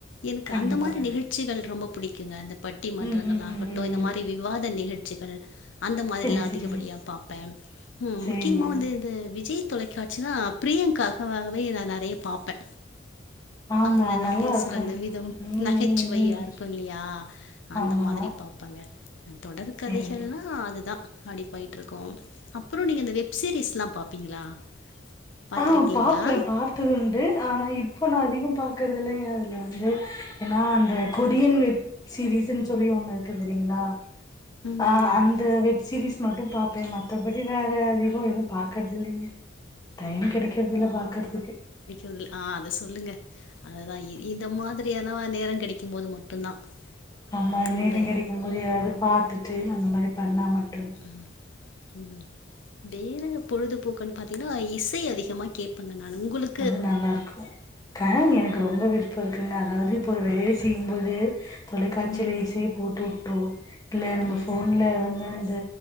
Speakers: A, on the left; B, on the left.
A: எனக்கு
B: கண்டிப்பா
A: அந்த மாரி
B: கண்டிப்பா
A: நிகழ்ச்சிகள் ரொம்ப புடிக்குங்க அந்த பட்டி மன்றங்கள்
B: ம் ம்
A: ஆகட்டு
B: ம் ம்
A: இந்த
B: ம்
A: மாரி விவாத நிகழ்ச்சிகள் அந்த மாரிலா
B: செரி
A: அதிகப்படியா
B: செரி
A: பாப்பே ம்
B: செரிங்க
A: முக்கியமா வந்து இந்த விஜய் தொலைக்காட்சினா பிரியங்காகவாகவே நா நெறைய பாப்பே
B: ஆமா
A: அவரு அத
B: நல்லா
A: பேசுற
B: இருக்கும்
A: அந்த விதம்
B: ம்
A: நகைச்சுவையா
B: ம் ம்
A: இருக்கு இல்லயா அந்த
B: ஆமா
A: மாதிரி பாப்பேங்க தொடர்
B: செரிங்க
A: கதைகள்ன்னா னா அதுதா அடி போய்ட்ருக்கு அப்புறோ நீங்க இந்த வெப் சீரியஸ்ல்லா பாப்பீங்களா பாத்திருக்கீங்களா
B: ஆ பாப்பே பா து வந்து ஆனா இப்போ நா அதிகம் பாக்கறது இல்லைங்க அதில வந்து ஏன்னா அ கொரியன் வெப் சீரீயஸ்சுன் சொல்லி ஒன்னு இருக்கு தெரியீங்களா
A: ம்
B: அ அந்த வெப் சீரிீஸ் மட்டு பாப்பே மத்தபடி வேற அதிகோ எது பாக்கறது இல்லிங்க டைம் கெடைக்கறதில்ல பாக்குறதுக்கு
A: உண்டு ஆ அத சொல்லுங்க அதுதா இ இந்த மாதிரியானா நேரோ கெடைக்கும்போது மட்டுந்தா அதாவது
B: ஆமா நேரங்
A: இந்த
B: கெடைக்கும் போது எதாவ்து பாத்துட்டு அந்த மாரி பண்ணா மட்
A: ம் ம் வேற பொழுதுபோக்குன் பாத்தீங்கனா இசை அதிகமா கேப்பேங்க நானு உங்களுக்
B: அது நல்லாருக்கு அ எனக்கு ரொம்ப விருப்போ இருக்குங்க அதாவ்து இப்போ ஒரு
A: ஆ
B: வேலை செய்யும்போது தொலைக்காட்சில
A: ம்
B: இசைய போட்டு வுட்டோ இல்ல நம்ம
A: ம்
B: போன்ல வந்து அந்த